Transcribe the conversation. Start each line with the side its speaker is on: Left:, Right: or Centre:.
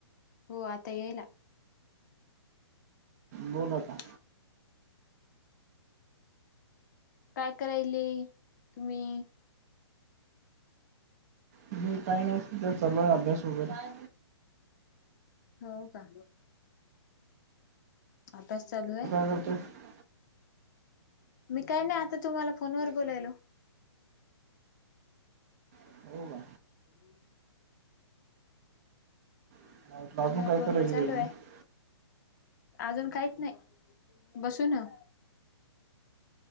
Left: हो आता यायला. <inaudible>
Right: बोल आता
Left: काय करायले तुम्ही?
Right: ह का नाही. तर चलोय अभ्यास वगैरे.
Left: हो का. आभस चालू आहे.
Right: <unintelligible>
Left: मी काय नाही आता तुम्हाला फोनवर बोलायलो. <inaudible>
Right: हो का मला वाटलं
Left: फोन
Right: अजून
Left: व
Right: काय
Left: बोलणं
Right: करायची पाहिजे
Left: चालू आहे. अजून काहीच नाही बसू ना.